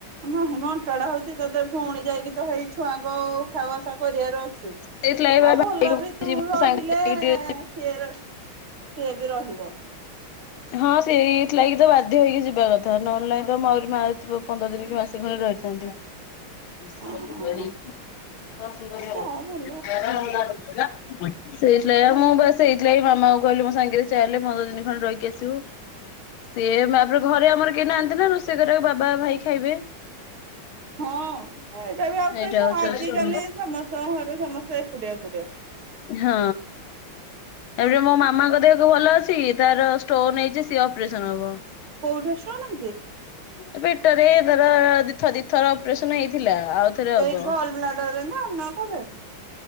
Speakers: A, on the right; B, on the left.
A: ନାହିଁ ମ ଅଣ୍ଟାଡା ହଉଛି ତତେ ଫୁଣି ଯାଇକି ତ ହେଇ ଛୁଆଙ୍କ। ଉଠା ବସା କରିବାର ଅଛି
B: ସେଇଥିଲାଗି ବା
A: ଆଉ ଭଲ ବି
B: ଭାବୁଚି
A: ତୁ
B: ମୋ
A: ରହିଲେ।
B: ସାଙ୍ଗରେ ଯାଇକି ଟିକେ
A: ସିଏ ର ସିଏ ବି ରହିବ।
B: ହଁ ସେଇଥିଲାଗି ତ ବାଧ୍ୟ ହେଇକି ଯିବା କଥା ନହେଲେ ନାହିଁ ତ ମୁଁ ଆହୁରି ମା ପନ୍ଦର ଦିନ କି ମା ଏଇ ଖୁଣି ରହିଥାନ୍ତି। <inaudible>
A: ହଁ ଯାହା ଭଲ
B: ସେଇଥିଲାଗି ବା ମୁଁ
A: ଆଉ।
B: ବାସ ସେଇଥିଲାଗି ମାମାଙ୍କୁ କହିଲି ମୋ ସାଙ୍ଗରେ ଚାଲେ ପନ୍ଦର ଦିନ ଖଣ୍ଡେ ରହିକି ଆସିବୁ। ସିଏ ମା ପରେ ଘରେ ଆମର କେହି ନାହାନ୍ତି ନା ରୋଷେଇ କରିବାକୁ ବାବା ଭାଇ ଖାଇବେ।
A: ହଁ ଏଇଟା ବି ଆଉ କି
B: ଏଇଟା
A: ଛ
B: ହଉଚି
A: ଆଜିକାଲି
B: ଅସୁବିଧା
A: ସମସ୍ତଙ୍କ ଘରେ ସମସ୍ତେ ଏକୁଟିଆ ଏକୁଟିଆ।
B: ହଁ। ଏପଟେ ମୋ
A: ଆଉ
B: ମାମାଙ୍କ ଦେହ କଉ ଭଲ ଅଛି ତାର ଷ୍ଟୋନ ହେଇଛି ସିଏ ଅପରେସନ ହବ।
A: କୋଉଠେ ଷ୍ଟୋନ ହେଇଚି?
B: ଏ ପେଟରେ ଧର ଦିଥ ଦିଥର ଅପରେସନ ହେଇଥିଲା ଆଉ ଥରେ ହବ।
A: ଏଇ ଗଲ ବ୍ଲାଡରରେ ନା ଅନ୍ୟ କଉଠେ?